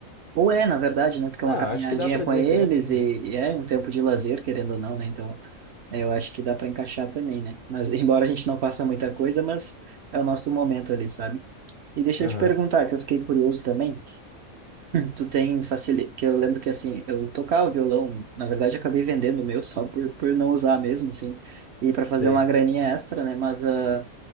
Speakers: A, on the right (about 60°); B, on the left (about 55°).
A: Ou é, na verdade, né? Porque
B: Não,
A: é uma caminhadinha
B: acho que dá pra
A: com
B: dizer
A: eles
B: que é assim, né?
A: e, e é um tempo de lazer, querendo ou não, né? Então, é, eu acho que dá para encaixar também, né? Mas, <laughs> embora a gente não faça muita coisa, mas é o nosso momento ali, sabe? E deixa
B: Aham.
A: eu te perguntar, que eu fiquei curioso também. Tu tem facilidade, que eu lembro que assim, eu tocava violão, na verdade eu acabei vendendo o meu só por, por não usar mesmo, assim, e para
B: Sei.
A: fazer uma graninha extra, né? Mas ah,